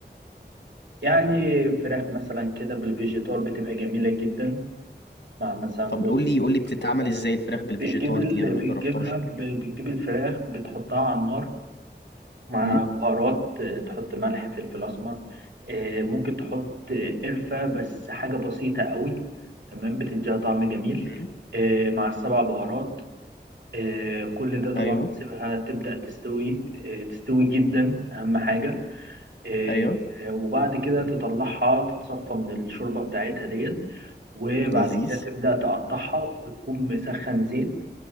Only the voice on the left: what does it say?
طب
قول لي قول لي بتتعمل
ازاي الفراخ بالفيجيتار
دي انا ما
جربتهاش قبل
كده
امم
امم
ايوه
ايوه
لذيذ